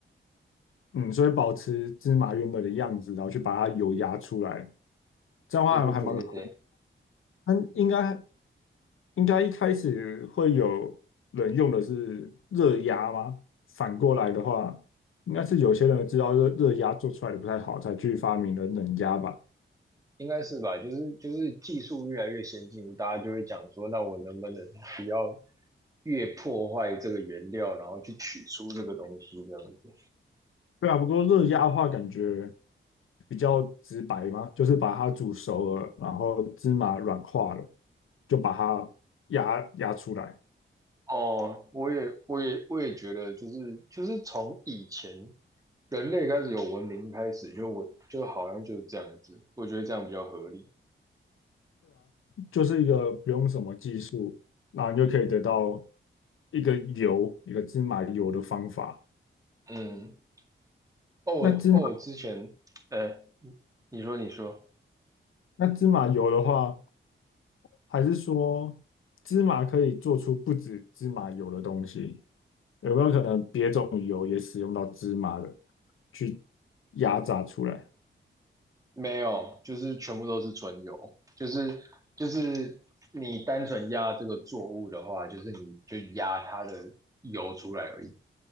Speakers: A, on the left (about 80°); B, on the right (about 15°).
A: 嗯，所以保持芝麻原本的样子，然后去把它油压出来，这样的话还还蛮好。
B: 对对对对对，
A: 它应该应该一开始会有人用的是热压吗？反过来的话，应该是有些人知道热热压做出来的不太好，才去发明了冷压吧？
B: 应该是吧？就是就是技术越来越先进，大家就会讲说，那我能不能不要越破坏这个原料，然后去取出这个东西这样子。
A: 对啊，不过热压的话，感觉比较直白嘛，就是把它煮熟了，然后芝麻软化了，就把它压压出来。
B: 哦，我也，我也，我也觉得，就是就是从以前人类开始有文明开始，就我就好像就是这样子，我觉得这样比较合理。
A: 就是一个不用什么技术，那你就可以得到一个油，一个芝麻油的方法。
B: 嗯，哦，
A: 那芝麻
B: 哦，之前，呃，你说你说，
A: 那芝麻油的话，还是说芝麻可以做出不止芝麻油的东西？有没有可能别种油也使用到芝麻的去压榨出来？
B: 没有，就是全部都是纯油，就是就是你单纯压这个作物的话，就是你就压它的油出来而已。